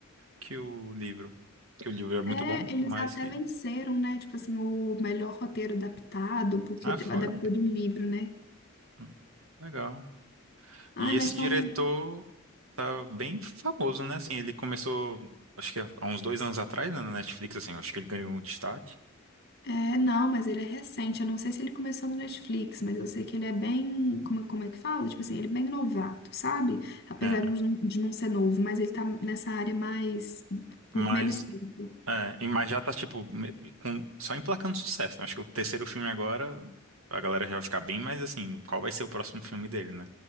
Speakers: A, on the right; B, on the left.
A: que o livro. Que o livro é muito
B: É,
A: bom,
B: eles
A: mas
B: até
A: que...
B: venceram, né? Tipo assim, o melhor roteiro adaptado, porque
A: Ah,
B: te-
A: foi.
B: adaptou de um livro, né?
A: Hum, Legal.
B: Ai,
A: E esse
B: mas
A: diretor
B: falam.
A: tá bem famoso, né? Assim, ele começou, acho que há uns dois anos atrás, né, na Netflix, assim. Acho que ele ganhou um destaque.
B: É, não, mas ele é recente. Eu não sei se ele começou no Netflix, mas eu sei que ele é bem. Como, como é que fala? Tipo assim, ele é bem novato, sabe? Apesar
A: É.
B: de não, de não ser novo, mas ele tá nessa área mais. Por
A: Mas
B: menos tempo.
A: É, e- mas já tá, tipo, me- com- só emplacando sucesso. né? Acho que o terceiro filme agora, a galera já vai ficar bem, mas assim, qual vai ser o próximo filme dele, né?